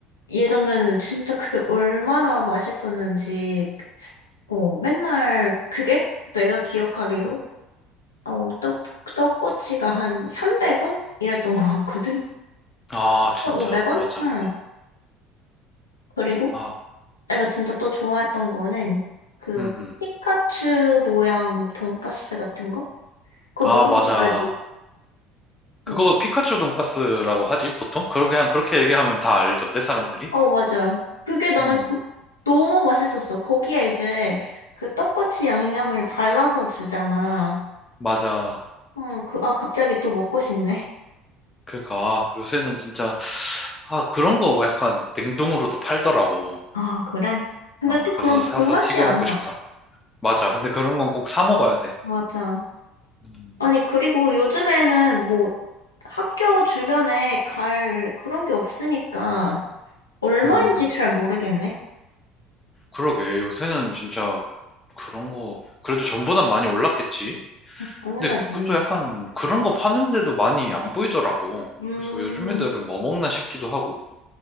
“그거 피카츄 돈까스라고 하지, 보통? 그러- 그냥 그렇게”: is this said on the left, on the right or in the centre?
Left